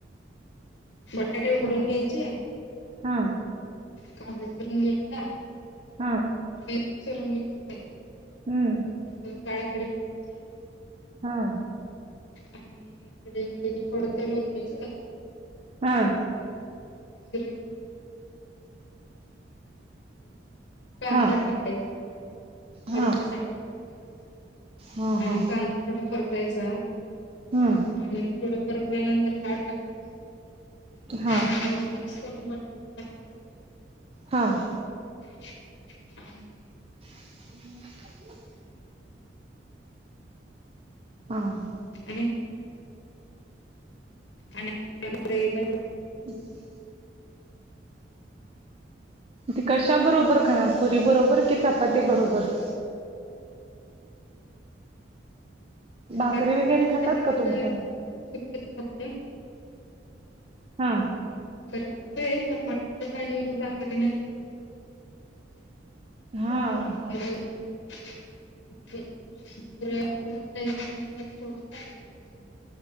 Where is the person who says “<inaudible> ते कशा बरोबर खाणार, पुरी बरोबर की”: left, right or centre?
Right